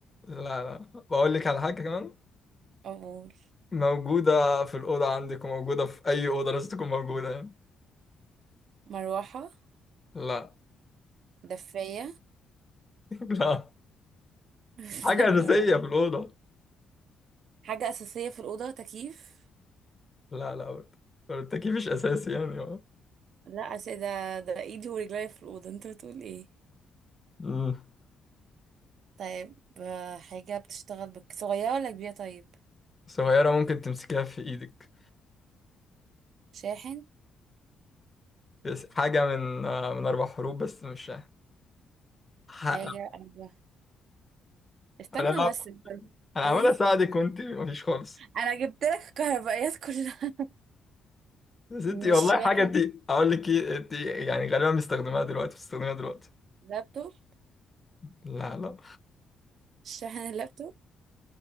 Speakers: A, on the left; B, on the right.
A: لا لا بقول لك على حاجه كمان
B: اقول
A: موجوده في الاوضه عندك وموجوده في اي اوضه لازم تكون موجوده يعني
B: مروحة
A: لا
B: دفاية <laughs>
A: <laughs> لا
B: استنى
A: حاجه اساسيه
B: بقى.
A: في الاوضه
B: حاجة أساسية في الأوضة تكييف
A: لا لا برضه. برضه التكييف مش اساسي يعني
B: لا أساسية ده ده ايدي ورجلي في الأوضة انت بتقول ايه
A: امم
B: طيب آه، حاجة بتشتغل بك صغيرة ولا كبيرة طيب
A: صغيره ممكن تمسكيها في ايدك
B: شاحن
A: بس حاجه من آه، من اربع حروف بس مش ح-
B: حاجة أربعة استنى
A: انا
B: بس استنى.
A: انا
B: ايه
A: عمال اساعدك وانت مفيش خالص
B: انا جبت لك الكهربائيات كلها <laughs>
A: يا ستي
B: مش
A: والله
B: شاحن
A: حاجه دي اقول لك ايه انت يعني غالبا مستخدماها دلوقتي بتستخدميها دلوقتي
B: لابتوب
A: لا لا
B: شاحن اللابتوب